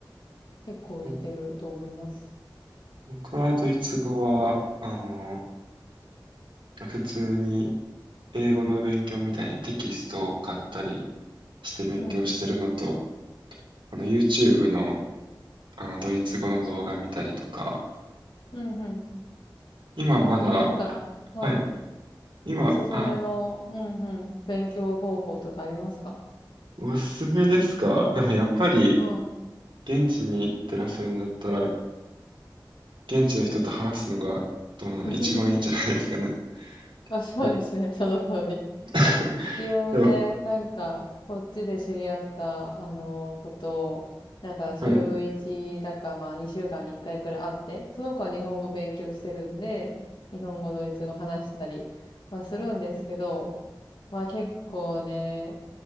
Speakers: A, on the left; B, on the right.
A: 結構似てると思います。
B: ぼ僕はドイツ語は、あの、普通に英語の勉強みたいにテキストを買ったりして勉強してるのと、
A: うんうん。
B: あの、YouTube の、あの、ドイツ語の動画見たりとか、
A: うんうん。
B: 今まだ、
A: え、なんか、はい。
B: はい、今、
A: おすすめの、
B: あ、
A: うんうん、勉強方法とかありますか
B: おすすめですかでもやっぱり、
A: はい。
B: 現地に行ってらっしゃるんだったら、現地の人と話すのがどうなんだ、
A: <laughs>
B: 一番いいんじゃないですかね。
A: あ、そうですね、
B: 僕
A: その通り。
B: <laughs>
A: 一応ね、
B: でも、
A: なんか、こっちで知り合った、あの、ことを、なんか、週1だか、
B: はい、
A: まあ、2週間に1回くらい会って、その子は日本語勉強してるんで、日本語、ドイツ語話したりはするんですけど、まあ、結構ね、